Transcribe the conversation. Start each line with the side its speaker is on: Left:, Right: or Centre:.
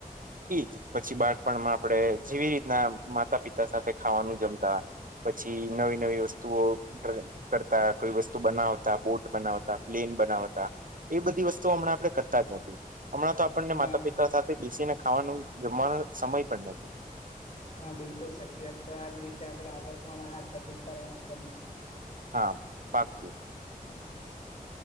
Right: એઈજ પછી બાળપણમાં આપણેે જેવી રીતના માતા પિતા સાથે ખાવાનું જમતા પછી નવી નવી વસ્તુઓ કરતા કોઈ વસ્તુ બનાવતા બોટ બનાવતા પ્લેન બનાતા એ બધી વસ્તુ હમણાં આપે કરતા જ નથી હમણાં તો આપણને
Left: હા
Right: માતા પિતા સાથે બેસીને ખાવાનું જમવાનો સમય પણ નથી
Left: હા બિલકુલ સાચી વાત તો આજ રીતે આપણે આગળ પણ આ ટપિક પર વાત કરીશું
Right: હા વાત કરી
Left: <inaudible>